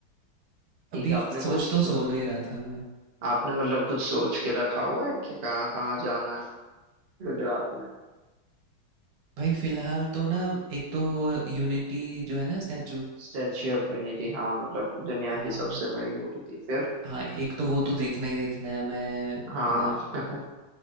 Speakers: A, on the right; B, on the right.
A: ठीक
B: अभी
A: है आपने
B: सोच
A: कुछ सो,
B: तो सोलो ही रहा था मैं
A: आपने मतलब कुछ सोच के रखा हुआ है कि कहाँ कहाँ जाना है गुजरात में
B: भाई फिलहाल तो ना एक तो वो यूनिटी जो है ना स्टैचू
A: स्टैच्यू ऑफ यूनिटी हाँ मतलब दुनिया
B: हाँ
A: की सबसे बड़ी मूर्ति फिर
B: हाँ एक तो वो तो देखना ही देखना है मैं
A: हाँ
B: मतलब
A: <laughs>